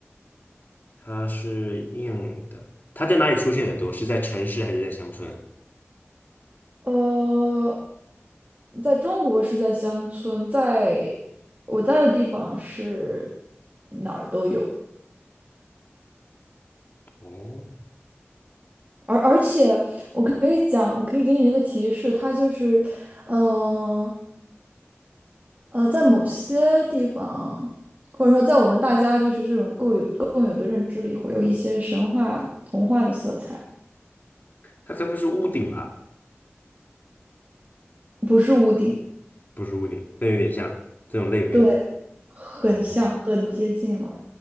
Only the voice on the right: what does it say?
呃，在中国是在乡村，在我在的地方是哪儿都有，
而而且我可以讲，我可以给你一个提示，它就是，呃呃，在某些地方，或者说在我们大家就是这种共有共有的认知里，会有一些神话童话的色彩，
不是屋顶。
对，很像，
很接近了。